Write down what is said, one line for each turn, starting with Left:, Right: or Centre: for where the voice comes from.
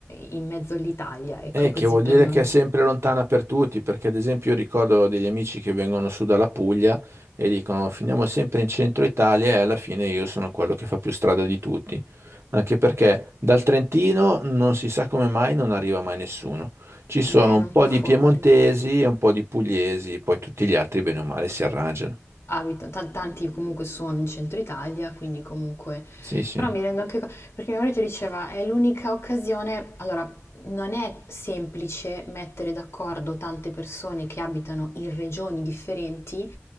Left: in mezzo all'Italia, ecco
Right: Eh,
Left: così
Right: che vuol
Left: per
Right: dire
Left: non...
Right: che è sempre lontana per tutti, perché ad esempio io ricordo degli amici che vengono su dalla Puglia e dicono finiamo sempre in centro Italia e alla fine io sono quello che fa più strada di tutti. Anche perché dal Trentino non si sa come mai non arriva mai nessuno. Ci sono
Left: Beh,
Right: un
Left: un
Right: po'
Left: po' fuori.
Right: di piemontesi e un po' di pugliesi, poi tutti gli altri bene o male si arrangiano.
Left: abitano, tan- tanti comunque sono in centro Italia, quindi comunque...
Right: Sì, sì.
Left: Però mi rendo anche conto, perché mio marito diceva, è l'unica occasione, allora non è semplice mettere d'accordo tante persone che abitano in regioni differenti